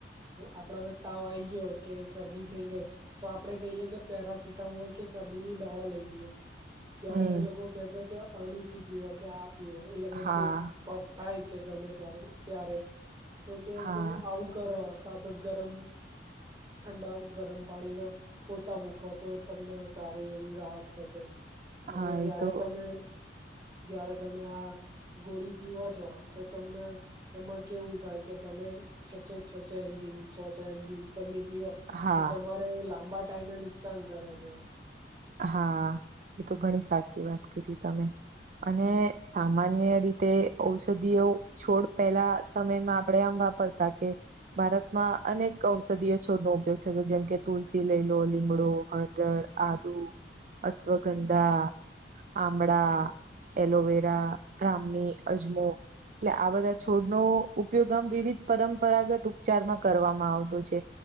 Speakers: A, on the right; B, on the right.
A: આપડાને તાવ આ આવી ગયો કે શરદી થઈ ગાય તો આપડે કહીએ કે પેરાસિટામોલ કે શરદી ની દવા લઈ લઈએ. ત્યારે
B: હમ
A: એ લોકો કેસે કે અડુસી પીવા કે આ પીવો એટલે કે
B: હા
A: જે ટફ થાય કે ગમે ત્યારે ત્યારે તો કે
B: હા
A: કે આવું કરો અ. કા તો ગરમ ઠંડા ગરમ પાણી ના પોતા મૂકવા તો તમને સારું એવું રાહત થશે. અને
B: હા
A: જય્યારે
B: એ તો
A: તમે જ્યારે તમે આ ગોળી પીવો છો તો તમને એમાં કેવું થાય કે તમે છસો છસો એમજી ની સો સો એમજી ઉપર ની પીવા
B: હા
A: તો તમારે લાંબા ટાઈમે નુકસાન કરે છે.
B: હા એ તો ઘણી સાચી વાત કીધી તમે અને સામાન્ય રીતે ઔષધિઓ છોડ પેલા સમયમાં આપણેે આમ વાપરતા કે ભારતમાં અનેક ઔષધિય છોડનોો ઉપયોગ થયો જેમકે તુલસી લઈ લો લીમડો હળદર આ દુ અશ્વગંધા. આંબળા એલોવેરા બ્રાહ્મી અજમો એટલે આ બધા છોડ નો ઉપયોગ આમ વિવિધ પરંપરાગત ઉપચારમાં કરવામાં આવતો છે.